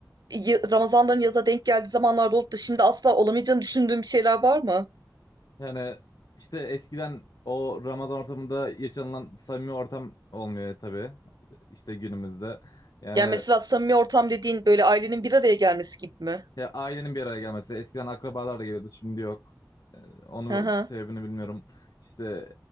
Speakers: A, on the right; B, on the left.
A: y- Ramazanların yaza denk geldiği zamanlarda olup da şimdi asla olamayacağını düşündüğün bir şeyler var mı?
B: Yani işte eskiden o Ramazan ortamında yaşanılan samimi ortam olmuyor tabii. İşte günümüzde. Yani
A: Yani mesela samimi ortam dediğin böyle ailenin bir araya gelmesi gibi mi?
B: ya ailenin bir araya gelmesi. Eskiden akrabalar da geliyordu, şimdi yok. Ee, Onu
A: Hı hı.
B: sebebini bilmiyorum. İşte